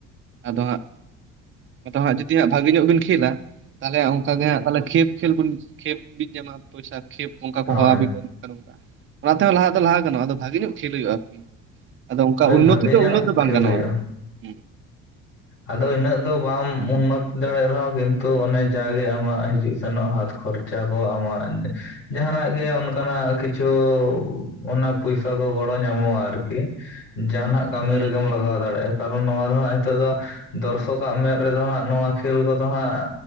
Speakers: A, on the right; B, on the left.
A: ᱟᱫᱚ ᱦᱟᱸᱜ ᱟᱫᱚ ᱦᱟᱸᱜ ᱡᱩᱫᱤ ᱦᱟᱸᱜ ᱵᱷᱟᱜᱤ ᱧᱚᱜ ᱵᱤᱱ ᱠᱷᱮᱹᱞᱟ ᱛᱟᱦᱚᱞᱮ ᱦᱟᱸᱜ ᱚᱱᱠ ᱜᱮ ᱦᱟᱸᱜ ᱠᱷᱮᱞ ᱠᱷᱮᱞ ᱵᱚᱱ ᱠᱷᱮᱯ ᱵᱤᱱ ᱡᱟᱢᱟ ᱯᱚᱭᱥᱟ ᱠᱷᱮᱯ ᱚᱱᱠᱟ ᱠᱚ
B: ᱦᱳᱭ
A: ᱦᱚᱦᱚᱣᱟᱵᱤᱱ ᱠᱟᱱᱟ ᱠᱟ ᱞᱮᱠᱟᱜ ᱚᱱᱟᱛᱮ ᱦᱚᱸ ᱞᱟᱦᱟ ᱫᱚ ᱞᱟᱦᱟ ᱜᱟᱱᱚᱜᱼᱟ ᱟᱫᱚ ᱵᱷᱟᱹᱜᱤ ᱧᱚᱜ ᱠᱷᱮᱞ ᱦᱩᱭᱩᱜᱼᱟ ᱟᱨᱠᱤ ᱟᱫᱚ ᱚᱱᱠᱟ
B: ᱦᱳᱭ
A: ᱩᱱᱱᱚᱛᱤ
B: ᱵᱷᱟᱜᱮ
A: ᱫᱚ
B: ᱧᱚᱜ
A: ᱩᱱᱟᱹᱜ ᱫᱚ ᱵᱟᱝ
B: ᱠᱷᱮᱞ
A: ᱜᱟᱱᱚᱜᱼᱟ
B: ᱦᱩᱭᱩᱜᱼᱟ
A: ᱦ
B: ᱟᱫᱚ ᱤᱱᱟᱹᱜ ᱫᱚ ᱵᱟᱢ ᱩᱱᱱᱚᱛ ᱫᱟᱲᱮᱭᱟᱜ ᱨᱮᱦᱚᱸ ᱠᱤᱱᱛᱩ ᱚᱱᱮ ᱡᱟᱜᱮ ᱟᱢᱟᱜ ᱦᱤᱡᱩᱜ ᱥᱮᱱᱚᱜ ᱦᱟᱛ ᱠᱷᱚᱨᱪᱟ ᱪᱟ ᱠᱚ ᱟᱢᱟᱜ ᱡᱟᱦᱟᱱᱟᱜ ᱜᱮ ᱚᱱ ᱚᱱᱠᱟᱱᱟᱜ ᱠᱤᱪᱷᱩ ᱚᱱᱟ ᱯᱚᱭᱥᱟ ᱫᱚ ᱜᱚᱲᱚ ᱧᱟᱢᱚᱜᱼᱟ ᱟᱨᱠᱤ ᱡᱟᱦᱟᱱᱟᱜ ᱠᱟᱹᱢᱤ
A: ᱦᱩᱸ
B: ᱨᱮᱜᱮᱢ ᱞᱟᱜᱟᱣ ᱫᱟᱲᱮᱜᱼᱟ ᱠᱟᱨᱚᱱ ᱱᱚᱣᱟ ᱨᱮ ᱦᱟᱸᱜ ᱱᱤᱛᱚᱜ ᱫᱚ ᱫᱚᱨᱥᱚᱠᱟᱜ ᱢᱮᱫ ᱨᱮᱫᱚ ᱦᱟᱸᱜ ᱱᱚᱣᱟ ᱠᱷᱮᱞ ᱠᱚᱫᱚ ᱦᱟᱸᱜ